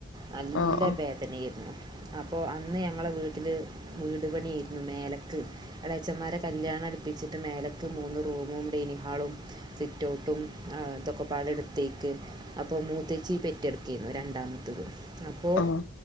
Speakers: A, on the right; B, on the left.
A: നല്ലവേ
B: ആഹ് ആഹ്
A: ദന്നെയിരുന്നു അപ്പോ അന്ന് ഞങ്ങടെവീട്ടില് വീടുപണിയേയിരുന്നു മേലക്ക് എളച്ചന്മാരെ കല്യാണടുപ്പിച്ചിട്ട് മേലക്ക്മൂന്ന് റൂമും ഡെനിഹാളും സിറ്റഔട്ടും ആതൊക്കെ പ്പതടുത്തേക്ക് അപ്പോമൂത്തേച്ചി പെറ്റെടുക്കരുന്നു രണ്ടാമത്തത് അപ്പോ
B: ആഹ്